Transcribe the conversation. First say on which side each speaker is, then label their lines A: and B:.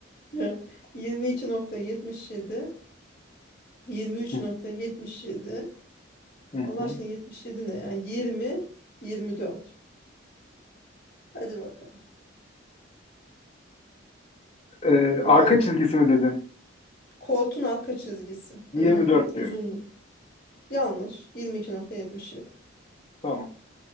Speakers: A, on the left; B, on the left.
A: <laughs> 22.77, 23.77
B: Hı, hı,
A: Allah
B: hı.
A: aşkına 77 ne yani 20 24. Hadi bakalım.
B: Ee,
A: Ne
B: arka
A: oldu?
B: çizgisi mi dedin?
A: Koltuğun arka çizgisi. Hmm,
B: 24
A: uzundu.
B: diyorum.
A: Yanlış. 22.77.
B: Tamam.